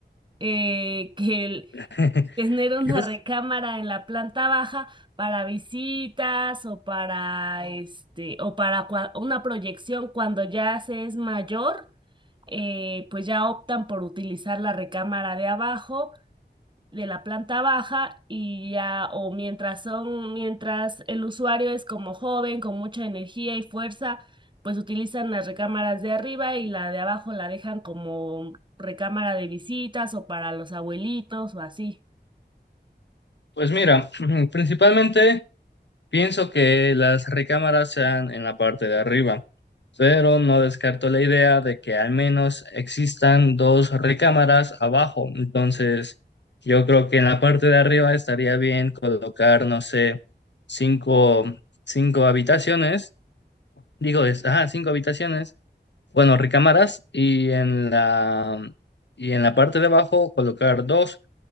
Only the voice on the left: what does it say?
<laughs>
que jus-
pues mira, <clears throat> principalmente Pienso que las recámaras sean en la parte de arriba, pero no descarto la idea de que al menos existan dos recámaras abajo. Entonces, yo creo que en la parte de arriba estaría bien colocar, no sé, cinco, cinco habitaciones, digo, es- ajá, cinco habitaciones, bueno, recámaras, y en la, y en la parte de abajo colocar dos.